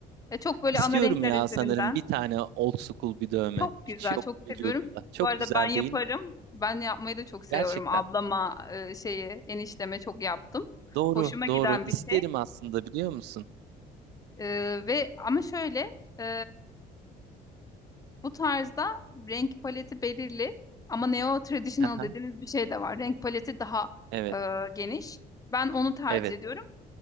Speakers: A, on the left (about 20°); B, on the right (about 85°).
A: E, çok böyle
B: İstiyorum
A: ana renkler
B: ya
A: üzerinden.
B: sanırım bir tane old school bir dövme.
A: Çok güzel,
B: Hiç yok
A: çok
B: vücudumda.
A: seviyorum.
B: Çok
A: Bu arada
B: güzel
A: ben yaparım.
B: değil mi?
A: Ben yapmayı da çok seviyorum.
B: Gerçekten.
A: Ablama e, şeyi, enişteme çok yaptım.
B: Doğru,
A: Hoşuma
B: doğru.
A: giden
B: İsterim
A: bir şey.
B: aslında biliyor musun?
A: E, ve ama şöyle e, bu tarzda renk paleti belirli ama neo traditional
B: Aha,
A: dediğiniz bir şey de var. Renk paleti daha
B: evet,
A: e, geniş. Ben onu tercih
B: evet.
A: ediyorum.